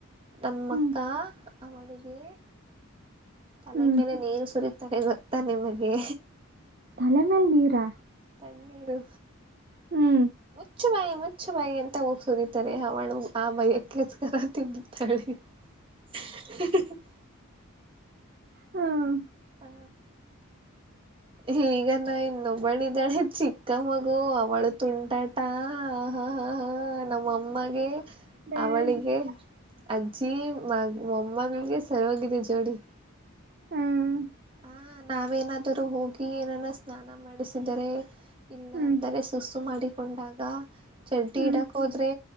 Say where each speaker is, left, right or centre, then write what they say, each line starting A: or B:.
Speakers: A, on the right; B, on the right.
A: ನಮ್ಮ
B: ಹ್ಮ್
A: ಅಕ್ಕಾ. ಅವಳಿಗೆ. ತಲೈ
B: ಹ್ಮ್
A: ಮೇಲೆ ನೀರು ಸುರಿತ್. ತ್ತಡೆ ಗೊತ್ತಾ ನಿಮಗೆ.
B: ತ್ಹಲೆ ಮೇಲ್ ನೀರಾ.
A: ಎಣ್ಣೀರು.
B: ಹ್ಮ್.
A: ಮುಚ್ಚು ಬಾಯಿ ಮುಚ್ಚುಬಾಯಿ ಎಂತ ಹೋಗಿ ಸುರಿತಾರೆ ಹವಳು ಆ ಬೈ ಕೆಕರ ತಿದ್ದುತ್ತಾಳೆ. <unintelligible>
B: ಹ್ಮ್
A: ಅ. ಹೀಗ ನಾ ಇನ್ನೊಬ್ಬಳ ಇದಿದ್ದಾಳೆ ಚಿಕ್ಕ ಮಗು ಅವಳು ತುಂಟಾಟ ಹ ಹ ಹ ಹ ಹ ಹ ನಮ್ಮಮ್ಮಗೆ.
B: ಬೇರೆ
A: ಅವಳಿಗೆ
B: ಜಿ-
A: ಅ್ಜ ಛಿ ಮ ಮೊಮ್ಮಗಳಿಗೆ ಸರೋಗಿದೆ ಜೋಡಿ.
B: ಹ್ಮ್
A: ಹ ನಾವೇನಾದರೂ ಹೋಗಿ ಏನನ್ನ ಸ್ನಾನ ಮಾಡಿಸಿದರೆ. ಇಲ್ಲ
B: ಹ್ಮ್
A: ಅಂದರೆ ಸುಸ್ಸು ಮಾಡಿಕೊಂಡಾಗ ಚಡ್ಡಿ
B: ಹ್ಮ್
A: ಇಡಕ್ ಹೋದ್ರೆ